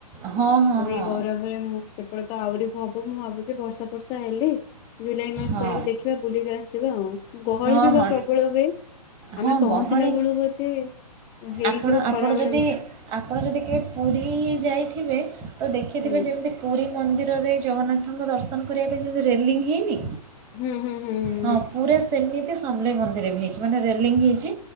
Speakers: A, on the right; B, on the left.
A: ହଁ ହଁ
B: ଆଉ
A: ହଁ
B: ଏଇ ଗରମ ମୁଁ ସେପଟେ ତ ଆହୁରି ହବ ମୁଁ ଭାବୁଛି ବର୍ଷା ବର୍ଷା ହେଲେ ଜୁଲାଇ ମାସ
A: ହଁ
B: ଆଡୁ ଦେଖିବା ବୁଲିକି ଆସିବା ଆଉ ଗହଳି
A: ହଁ
B: ବି ବା
A: ହଁ
B: ପ୍ରବଳ ହୁଏ
A: ହଁ
B: ଆମେ ପହଞ୍ଚିଲା
A: ଗହଳି
B: ବେଳୁ ବୋଧେ ହେଇଯିବ
A: ଆପଣ ଆପଣ
B: ଖରାବେଳେବି
A: ଯଦି ଆପଣ ଯଦି କେବେ ପୁରୀ ଯାଇଥିବେ ତ ଦେଖିଥିବେ
B: ହୁଁ
A: ଯେମିତି ପୁରୀ ମନ୍ଦିରରେ ଜଗନ୍ନାଥଙ୍କ ଦର୍ଶନ କରିବା ପାଇଁ ଯେମିତି ରେଲିଙ୍ଗ ହେଇନି?
B: ହୁଁ ହୁଁ ହୁଁହୁଁ।
A: ହଁ ପୁରା ସେମିତି ଶମଲେଇ ମନ୍ଦିର ବି ହେଇଛି ମାନେ ରେଲିଙ୍ଗ ହେଇଛି